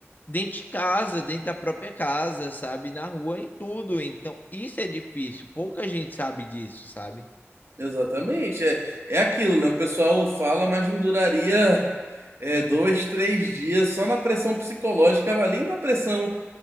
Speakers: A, on the left (about 40°); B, on the right (about 60°).
A: dentro de casa, dentro da própria casa, sabe? Na rua, em tudo. Então, isso é difícil. Pouca gente sabe disso, sabe?
B: Exatamente. É, é aquilo, né? O pessoal fala, mas não duraria é, dois, três dias só na pressão psicológica, mas ali na pressão